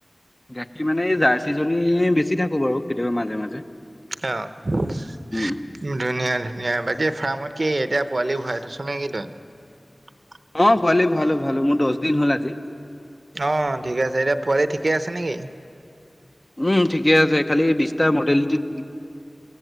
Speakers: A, on the left (about 25°); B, on the right (about 65°).
A: গাখীৰ মানে এই জাৰ্চিজনী বেছি থাকো বাৰু কেতিয়াবা মাজে মাজে।
B: <unintelligible> পোৱালি
A: উম।
B: ভৰাইথয়ছ নে কি তই।
A: অ পোৱালি ভৰালো ভৰালো মোৰ দশ দিন হ'ল আজি।
B: অ' ঠিকে আছে এতিয়া পোৱালি ঠিকে আছে নেকি।
A: উম, ঠিকে আছে খালি বিছটা মডেলিটিত